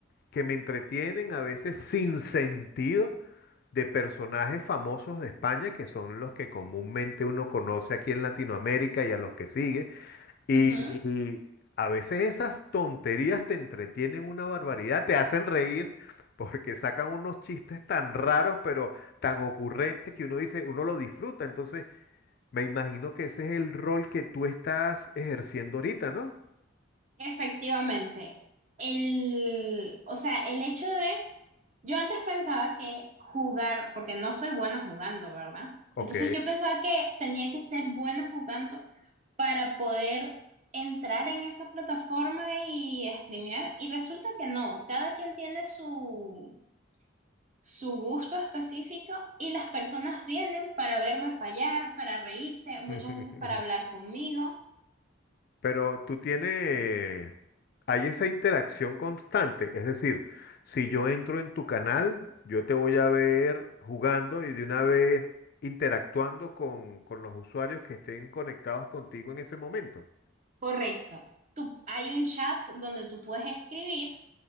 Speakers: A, on the left; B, on the right.
A: que me entretienen a veces sin sentido de personajes famosos de España, que son los que comúnmente uno conoce aquí en Latinoamérica y a los que sigue. Y
B: Ujú.
A: a veces esas tonterías te entretienen una barbaridad, te hacen reír porque sacan unos chistes tan raros, pero tan ocurrentes que uno dice, uno lo disfruta. Entonces, me imagino que ese es el rol que tú estás ejerciendo ahorita, ¿no?
B: Efectivamente. El, o sea, el hecho de, yo antes pensaba que jugar, porque no soy buena jugando, ¿verdad?
A: Ok.
B: Entonces yo pensaba que tenía que ser buena jugando para poder entrar en esa plataforma y streamear. Y resulta que no, cada quien tiene su, su gusto específico y las personas vienen para verme fallar, para reírse, muchas
A: <laughs>
B: veces para hablar conmigo.
A: Pero tú tienes, hay esa interacción constante, es decir, si yo entro en tu canal, yo te voy
B: Ujú.
A: a ver jugando y de una vez interactuando con, con los usuarios que estén conectados contigo en ese momento.
B: Correcto. Tú, hay un chat donde tú puedes escribir